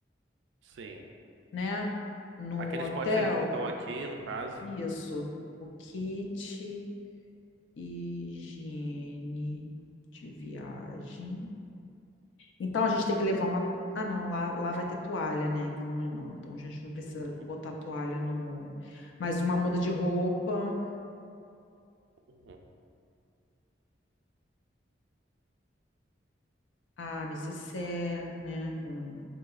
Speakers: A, on the right; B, on the left.
A: Sim.
B: né, no
A: Aqueles
B: hotel,
A: potinhos que estão aqui, no caso.
B: isso, o kit Higiene de viagem. Então a gente tem que levar uma. Ah, não, lá, lá vai ter toalha, né? Então não, não, então a gente não precisa
A: Uhum,
B: botar toalha no. Mas uma muda de roupa,
A: uhum.
B: a nécessaire, né? Com,